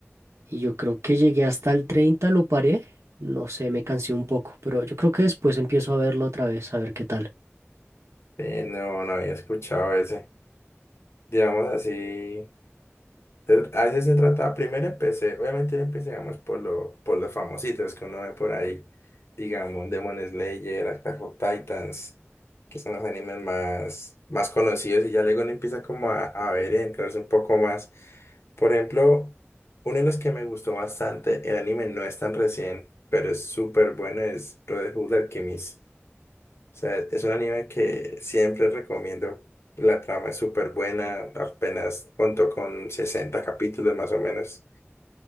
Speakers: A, on the right; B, on the left.
A: Y yo creo que llegué hasta el treinta lo paré. No sé, me cansé un poco, pero yo creo que después empiezo a verlo otra vez, a ver qué tal.
B: Eh, no, no había escuchado ese. Digamos así. Se- tr- A veces se trata, primero empecé, obviamente empezamos por, lo, por los famositos que uno ve por ahí, digamos, Demon Slayer, Attack on Titans, que son los animes más, más conocidos y ya luego uno empieza como a, a ver y a entrarse un poco más. Por ejemplo, uno de los que me gustó bastante, el anime no es tan recién, pero es súper bueno, es Brotherhood Alchemist. O sea, es un anime que siempre recomiendo. La trama es súper buena, apenas contó con 60 capítulos más o menos.